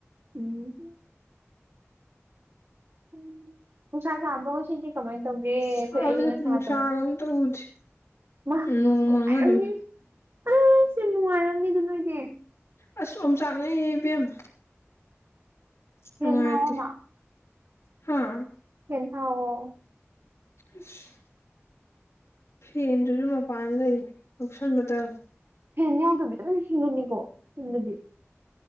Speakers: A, on the right (about 55°); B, on the left (about 65°).
A: ꯎꯝ ꯎꯝ ꯅꯨꯡꯁꯥ ꯁꯥꯕꯔꯣ ꯉꯥꯁꯤꯗꯤ ꯀꯃꯥꯏ ꯇꯧꯒꯦ ꯑꯩꯈꯣꯏ
B: ꯁꯥꯁꯦ
A: ꯑꯏꯪ ꯑꯁꯥꯗꯣ
B: ꯅꯨꯡꯁꯥꯒ ꯑꯝꯇ ꯎꯗꯦ
A: ꯃꯥ
B: ꯅꯣꯡ
A: ꯅꯨꯡꯉꯥꯏꯔꯝꯅꯤ
B: ꯃꯪꯉ ꯑꯗꯨꯝ
A: ꯑꯩ ꯁꯤ ꯅꯨꯡꯉꯥꯏꯔꯝꯅꯤꯗ ꯅꯣꯏꯗꯤ
B: ꯑꯁ ꯑꯣꯝꯆꯥꯛꯅꯩꯌꯦ ꯏꯕꯦꯝꯃ ꯅꯨꯡꯉꯥꯏꯇꯦ
A: ꯐꯦꯟ ꯊꯥꯎꯑꯣꯅ
B: ꯍꯥꯥ
A: ꯐꯦꯟ ꯊꯥꯎꯑꯣ
B: ꯑꯁ ꯐꯦꯟꯗꯨꯁꯨ ꯃꯄꯥꯟꯗ ꯂꯩꯈꯔ꯭ꯦ ꯂꯧꯁꯟꯕ ꯇꯜ
A: ꯐꯦꯟ ꯌꯥꯎꯗꯕꯤꯗꯨꯃ ꯍꯤꯡꯉꯝꯃꯤꯀꯣ ꯌꯨꯝꯗꯗꯤ